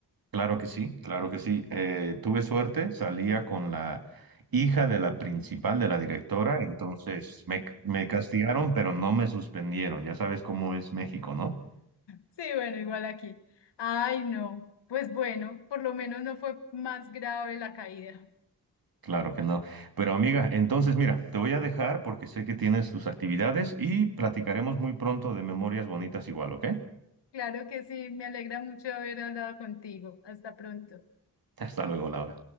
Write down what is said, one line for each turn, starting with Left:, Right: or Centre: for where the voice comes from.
Right: Claro que sí, claro que sí. Eh, tuve suerte, salía con la hija de la principal, de la directora, entonces me, me castigaron, pero no me suspendieron. Ya sabes cómo es México, ¿no?
Left: Sí, bueno, igual aquí. Ay, no. Pues bueno, por lo menos no fue más grave la caída.
Right: Claro que no. Pero amiga, entonces mira, te voy a dejar porque sé que tienes tus actividades y platicaremos muy pronto de memorias bonitas igual, ¿ok?
Left: Claro que sí, me alegra mucho haber hablado contigo. Hasta pronto.
Right: Hasta luego, Laura.